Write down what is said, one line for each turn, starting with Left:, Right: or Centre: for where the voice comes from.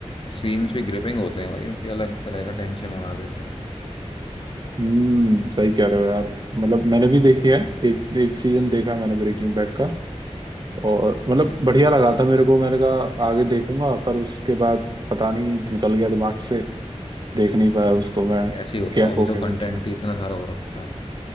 Left: सीन्स भी ग्रिपिंग होते हैं भाई उनके अलग तरह का टेंशन बना देते हैं
Right: हम्म सही कह रहे हो यार मतलब मैंने भी देखी है एक एक सीजन देखा मैंने ब्रेकिंग बैड का और मतलब बढ़िया लगा था मेरे को मैंने कहा आगे देखूंगा पर उसके बाद पता नहीं निकल गया दिमाग से देख नहीं पाया उसको मैं
Left: ऐसे ही होता
Right: गैप
Left: है अभी
Right: हो
Left: तो
Right: गया बीच
Left: कंटेंट ही इतना सारा हो रखा है